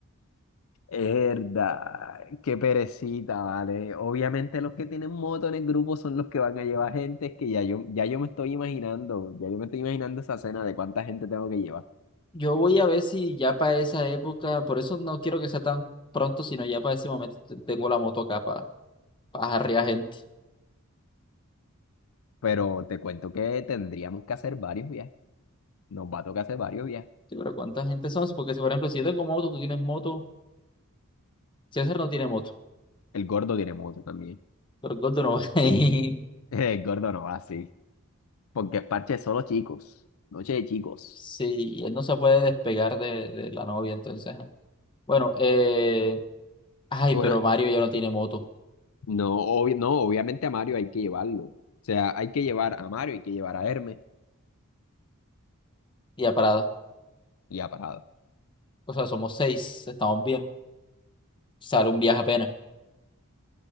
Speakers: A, on the left; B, on the left.
A: Herda, qué perecita, vale. Obviamente los que tienen moto en el grupo son los que van a llevar gente, es que ya yo, ya yo me estoy imaginando, ya yo me estoy imaginando esa cena de cuánta gente tengo que llevar.
B: Yo voy a ver si ya para esa época, por eso no quiero que sea tan pronto, sino ya para ese momento te- tengo la moto acá para, para jarrear gente.
A: Pero te cuento que tendríamos que hacer varios viajes. Nos va a tocar hacer varios viajes.
B: Sí, pero ¿cuánta gente son? Sí, Porque si, por ejemplo, si yo tengo moto, tú tienes moto, César no tiene moto,
A: El gordo tiene moto también.
B: pero el Gordo no <laughs> Y
A: <laughs> El gordo no va así, porque es parche de solo chicos, noche de chicos.
B: sí, él no se puede despegar de, de la novia, entonces. ajá. Bueno, eh, ay,
A: Bueno,
B: pero Mario ya no tiene moto,
A: no, obvi- no, obviamente a Mario hay que llevarlo. O sea, hay que llevar a Mario, hay que llevar a Hermes
B: y ya parado.
A: y a Parado.
B: O sea, somos seis, estamos bien. sale un viaje apenas.